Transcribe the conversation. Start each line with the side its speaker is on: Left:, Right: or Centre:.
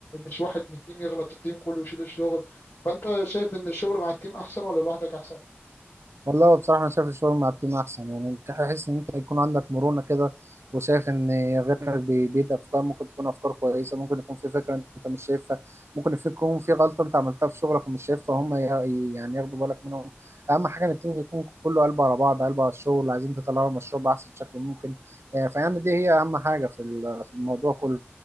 Left: مش واحد من التيم يغلط التيم كله ويشيل الشغل فانت شايف ان الشغل مع التيم احسن ولا لوحدك احسن
Right: والله هو بصراحة أنا شايف الشغل مع التيم أحسن يعني تحس إن أنت يكون عندك مرونة كده وشايف إن غيرك بي- بيدي أفكار ممكن تكون أفكار كويسة ممكن يكون في فكرة أنت مش شايفها ممكن في- يكون في غلطة أنت عملتها في شغلك ومش شايفها هم ي- يعني ياخدوا بالك منهم أهم حاجة إن التيم يكون كله قلبه على بعض قلبه على الشغل عايزين تطلعوا المشروع بأحسن شكل ممكن آه، فيعني دي هي أهم حاجة في ال- في الموضوع كله